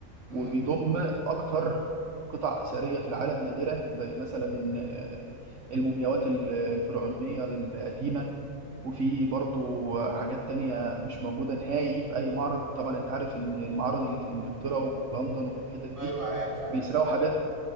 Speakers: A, on the right (about 25°); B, on the right (about 60°).
A: امم
B: وبيضم أكتر قطع أثرية في العالم نادرة زي مثلا آه، المومياوات ال- الفرعونية القديمة وفي برضه حاجات تانية مش موجودة نهائي في أي معرض طبعا أنت عارف إن المعارض اللي في إنجلترا وفي لندن وفي الحتت دي
A: ايوه عارف عارف
B: بيسرقوا حاجات